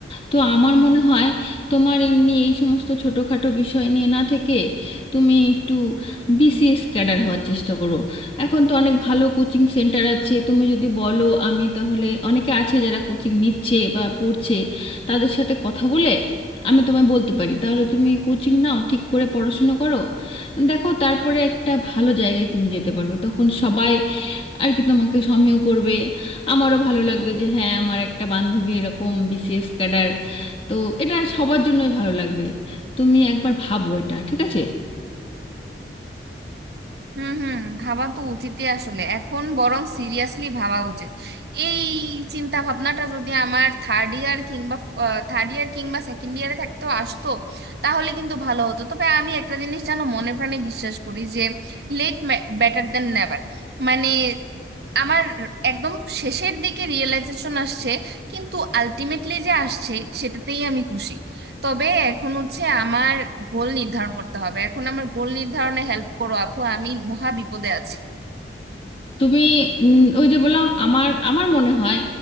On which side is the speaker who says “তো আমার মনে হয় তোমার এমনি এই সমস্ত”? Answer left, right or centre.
Left